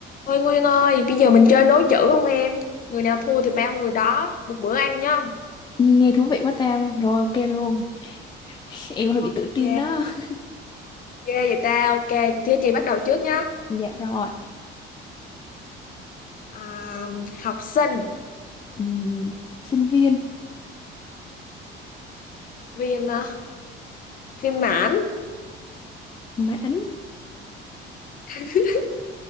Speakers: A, on the left (about 45°); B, on the left (about 20°).
A: Thôi Nguyên ơi, bây giờ mình chơi nối chữ không em? Người nào thua thì bao người đó, một bữa ăn nhá.
B: Nghe thú vị quá tao. Rồi ok luôn. <laughs> Em hơi
A: Ok,
B: bị tự tin đó. <laughs>
A: ghê vậy ta, ok. Thế chị bắt đầu trước nhá.
B: Dạ rồi.
A: À, học sinh,
B: Ừm, sinh viên
A: viên ờ, viên mãn,
B: mãn.
A: <laughs>